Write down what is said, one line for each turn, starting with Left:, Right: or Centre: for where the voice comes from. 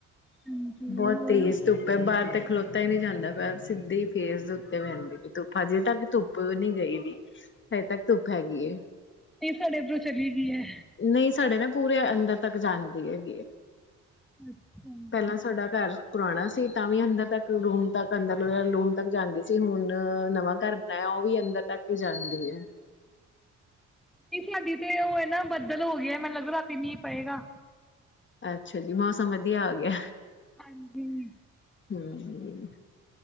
Centre: ਹਾਂਜੀ
Left: ਬਹੁਤ
Centre: ਹੋਰ
Left: ਤੇਜ਼ ਧੁੱਪ ਹੈ ਬਾਰ ਤੱਕ ਖਲੋਤਾ ਹੀ ਨਹੀਂ ਜਾਂਦਾ ਬਸ, ਸਿੱਹੀ ਫੇਸ ਦੇ ਉੱਤੇ ਬਹਿਣਦੀ ਧੁੱਪ। ਅਜੇ ਤੱਕ ਧੁੱਪ ਨਹੀਂ ਗਈ ਵੀ, ਹਜੇ ਤੱਕ ਧੁੱਪ ਹੈਗੀ ਏ।
Centre: ਤੇ ਸਾਡੇ ਇਧਰੋਂ ਚਲੀ ਗਈ ਔ।
Left: ਨਹੀਂ ਸਾਡੇ ਨਾ ਪੂਰੇ ਅੰਦਰ ਤੱਕ ਜਾਂਦੀ ਹੈਗੀ ਹੈ।
Centre: ਅੱਛਾ। ਨਹੀਂ
Left: ਪਹਿਲਾਂ ਸਾਡਾ ਘਰ ਪੁਰਾਣਾ ਸੀ ਤਾਂ ਵੀ ਅੰਦਰ ਤੱਕ ਰੂਮ ਤੱਕ ਅੰਦਰ ਰੂਮ ਤੱਕ ਜਾਂਦੀ ਸੀ ਹੁਣ ਨਵਾਂ ਘਰ ਬਣਾਇਆ ਓ ਵੀ ਅੰਦਰ ਤਕ ਈ ਜਾਂਦੀ ਐ।
Centre: ਕਿਸਮਤ ਦੀ ਤੇ ਓ ਐ ਨਾ ਬੱਦਲ ਹੋ ਗਿਆ ਮੈਨੂੰ ਲੱਗਦਾ ਰਾਤੀ ਮੀਂ ਪਏਗਾ।
Left: ਅੱਛਾ ਜੀ ਮੌਸਮ ਵਧੀਆ ਹੋ ਗਿਆ।
Centre: ਹਾਂਜੀ।
Left: ਹੂੰ